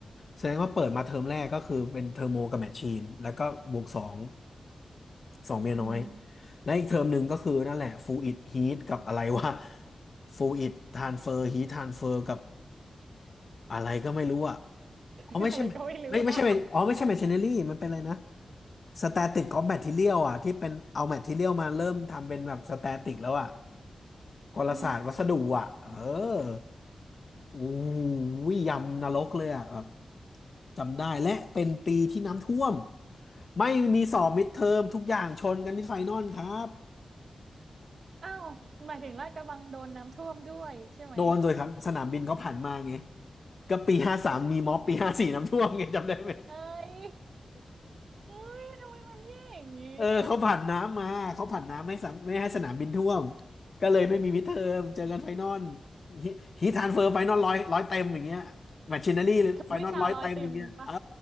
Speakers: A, on the left (about 45°); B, on the right (about 60°).
A: แสดงว่าเปิดมาเทอมแรกก็คือเป็นเทอร์โมกับแมชชีนแล้วก็บวกสองสองเมียน้อย
B: อืม
A: และอีกเทอมหนึ่งก็คือนั่นแหละฟูอิดฮีทกับอะไรวะฟูอิดทานเฟอร์ฮีททานเฟอร์กับอะไรก็ไม่รู้อ่ะ
B: <laughs>
A: อ๋อไม่ใช่ไม่ไม่ใช่อ๋อไม่ใช่แมชชีนเนอรี่มันเป็นอะไรนะ
B: อะไรก็ไม่รู้ <laughs> อะ
A: สแตติกกองแมททีเรียลอ่ะที่เป็นเอาแมททีเรียลมาเริ่มทำเป็นแบบสแตติกแล้วอ่ะกลศาสตร์วัสดุอ่ะเออ
B: อืม
A: อู้ยยำนรกเลยอ่ะแบบจำได้และเป็นปีที่น้ำท่วมไม่มีสอบมิดเทอมทุกอย่างชนกันที่ไฟนอลครับ
B: อ้าวหมายถึงลาดกระบังโดนน้ำท่วมด้วยใช่ไหม
A: โดนเลยครับสนามบินเขาผ่านมาไงก็ปีห้าสามมีม็อบปีห้าสี่น้ำท่วมไงจำได้ไหม
B: เอ้ยเอ้ยทำไมมันแย่อย่างงี้อะ
A: เออเขาผ่านน้ำมาเขาผ่านน้ำไม่สามไม่ให้สนามบินท่วมก็เลยไม่มีมิดเทอมเจอกันไฟนอลฮีททรานสเฟอร์ไฟนอลร้อยร้อยเต็มอย่างเงี้ยแมชชีนารี่ไฟนอลร้อยเต็มอย่างเงี้ยเออ
B: ทุกวิชาร้อยเต็มปะ